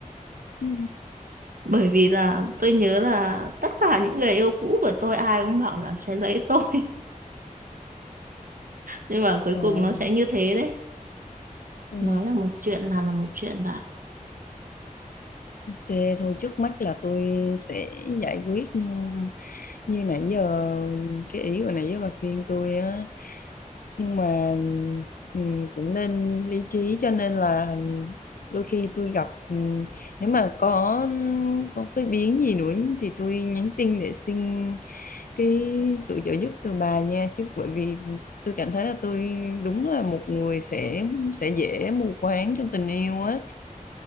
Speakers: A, on the left; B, on the right.
A: ừ.
B: Bởi vì là tôi nhớ là tất cả những người yêu cũ của tôi ai cũng bảo là sẽ lấy tôi nhưng mà cuối
A: Rồi.
B: cùng nó sẽ như thế đấy
A: Ừ.
B: nói là một chuyện là là một chuyện bạn
A: Thế thôi trước mắt là tôi sẽ giải quyết như như nãy giờ cái ý của nãy giờ bà khuyên tôi á nhưng mà ừm, cũng nên lý trí cho nên là đôi khi tôi gặp ừm, nếu mà có có cái biến gì nữa thì tôi nhắn tin để xin cái sự trợ giúp từ bà nha chứ bởi vì tôi cảm thấy là tôi đúng là một người sẽ sẽ dễ mù quáng trong tình yêu á